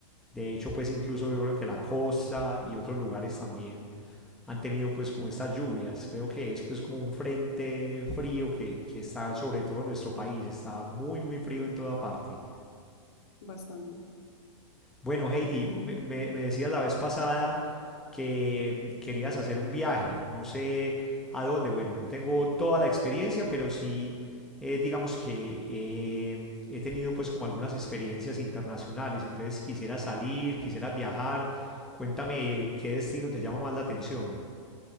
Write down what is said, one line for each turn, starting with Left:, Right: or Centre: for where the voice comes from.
Centre: De hecho, pues incluso yo creo que la costa y otros lugares también han tenido pues como estas lluvias. Creo que es pues como un frente frío que, que está sobre todo en nuestro país. Está muy, muy frío en toda parte.
Left: Bastante.
Centre: Bueno, Heidi,
Left: Ah, bueno.
Centre: me, me- me decías la vez pasada que querías hacer un viaje, no sé a dónde, bueno, no tengo toda la experiencia, pero sí, eh, digamos que eh, he tenido pues como algunas experiencias internacionales, entonces quisiera salir, quisiera viajar, cuéntame qué destino te llama más la atención.